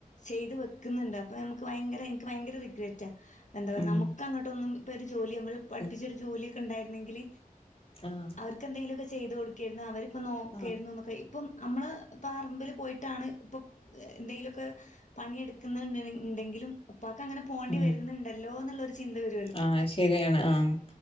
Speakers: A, on the left (about 55°); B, on the left (about 40°).
A: ചെയ്ത് വെക്കുന്നുണ്ട്. അപ്പോൾ നമുക്ക് ഭയങ്കര, എനിക്ക് ഭയങ്കര റിഗ്രെറ്റാണ് എന്താ പറയുക,
B: ഉം
A: നമുക്ക് അങ്ങോട്ടൊന്നും, ഇപ്പൊ ഒരു ജോലി നമ്മള് പഠിപ്പിച്ചൊരു
B: ഉം
A: ജോലിയൊക്കെ ഉണ്ടായിരുന്നെങ്കിൽ
B: ആഹ്
A: അവർക്ക് എന്തെങ്കിലുമൊക്കെ ചെയ്തു കൊടുക്കായിരുന്നു. അവരിപ്പോ നോക്കായിരുന്നു
B: ആഹ്
A: എന്നൊക്കെ ഇപ്പം നമ്മള് പറമ്പില് പോയിട്ടാണ് ഇപ്പം എന്തെങ്കിലുമൊക്കെ പണിയെടുക്കുന്നു ഉണ്ടെങ്കിലും ഉപ്പാക്ക് അങ്ങനെ പോണ്ടി വരുന്നുണ്ടല്ലോ
B: ഉം
A: എന്നുള്ളൊരു ചിന്ത വരും
B: ആഹ് ശരിയാണ്. ആഹ്